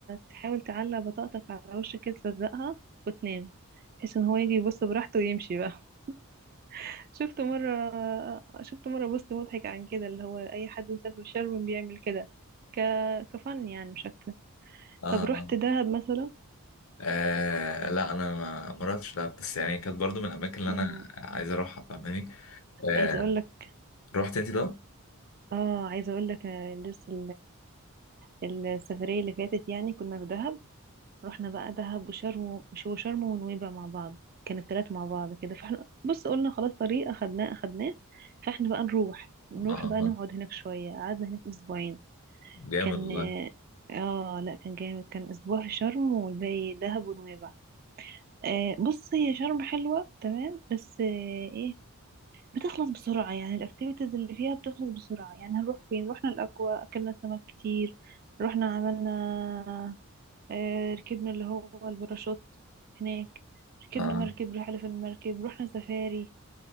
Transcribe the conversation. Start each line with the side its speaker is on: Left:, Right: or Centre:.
Right: تحاول تعلق بطاقتك على وشك كده تلزقها وتنام بحيث ان هو يجي يبص براحته ويمشي بقى <laughs> شفت مره شفت مره بوست مضحك عن كده اللي هو اي حد مسافر شرم بيعمل كده ك كفن يعني مش اكتر
Left: آه
Right: طب رحت دهب مثلا
Left: آه لا انا ما ما رحتش دهب بس يعني كانت برضو من الاماكن اللي
Right: مم.
Left: انا عايز اروحها فاهماني آه
Right: عايزه اقول لك
Left: رحت انت ده؟
Right: اه عايزه اقول لك آه، لسه ال- السفريه اللي فاتت يعني كنا في دهب رحنا بقى دهب وشرم وشو شرم ونويبع مع بعض كان التلات مع بعض كده فاحنا بص قلنا خلاص طريق اخدناه اخدناه فاحنا بقى نروح نروح
Left: اه
Right: بقى نقعد هناك شويه قعدنا هناك اسبوعين
Left: جامد
Right: كان
Left: والله
Right: اه آه، لا كان جامد كان اسبوع في شرم والباقي دهب ونويبع آه بص هي شرم حلوه تمام بس آه ايه بتخلص بسرعة يعني الأكتيفيتيز اللي فيها بتخلص بسرعة يعني هنروح فين رحنا الأكوا أكلنا سمك كتير رحنا عملنا آه، ركبنا اللي هو الباراشوت هناك ركبنا
Left: اه
Right: مركب رحلة في المركب رحنا سفاري